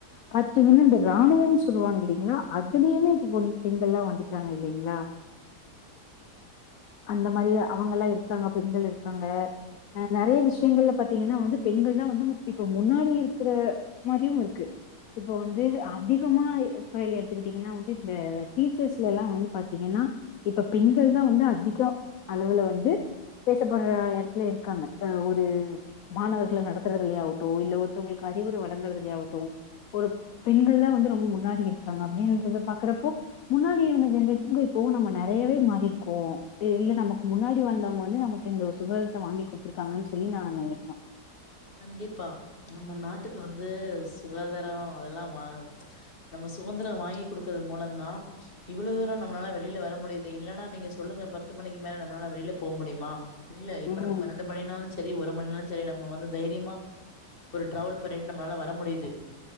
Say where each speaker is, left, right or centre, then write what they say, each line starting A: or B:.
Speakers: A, on the left; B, on the left.
A: பாத்தீங்கின்னா இந்த இராணுவம் சொல்லுவாங்க இல்லைங்களா அதுலயுமே இப்ப பொண் பெண்கள்ல்லாம் வந்துட்டாங்க இல்லைங்களா அந்த மாரி அவங்க எல்லாம் இருக்காங்க பெண்கள் இருக்காங்க ஆ நெறையா விஷியங்கல பாத்தீங்கன்னா வந்து பெண்கள் தான் வந்து இப்ப முன்னாடி இருக்கற மாரியும் இருக்கு இப்ப வந்து அதிகமா ஃப்ரோபைள் எடுத்துக்கிட்டீங்கன்னா வந்து இந்த டீச்சர்ஸ்ல எல்லாம் வந்து பாத்தீங்கன்னா இப்ப பெண் கள் வந்து அதிக அளவுல வந்து பேசப்படற எடத்துல இருக்காங்க ஆ ஒரு மாணவர்கள நடத்துறதுலியா யாவட்டும் இல்ல ஒருத்தவங்களுக்கு அறிவுர வழங்கறதுல யாவட்டும் ஒரு பெண்கள் தான் வந்து ரொம்ப முன்னாடி இருக்காங்க அப்டின்றத பாக்கறப்போ முன்னாடி இருந்த ஜென்ரேஷனுக்கு இப்பவும் நம்ம நெறையாவே மாறி கோம் இல்ல நமக்கு முன்னாடி வந்தவங்க வந்து நமக்கு இந்த சுகந்தர வாங்கி கொடுத்துருக்காங்கன்னு சொல்லி நான் நெனைக்கிற
B: கண்டிப்பா நம்ம நாட்டுக்கு வந்து சுகாதாரோ அதெல்லாம் வா நம்ம சுகந்திரம் வாங்கி கொடுக்கற மூலந்தான் இவ்ளோ தூரம் நம்ளால வெளில வர முடியுது இல்லன்னா நீங்க சொல்லுங்க பத்து மணிக்கு மேலே நம்மளால வெளியில போ முடியுமா இல்ல இப்ப
A: ம்
B: நம்ம பன்னண்டு மணி நாலு சரி ஒரு மண்நாலும் சரி நம்ம வந்து தைரியமா ஒரு டிராவல் பண்ணிட்டு நம்மளால வர முடியுது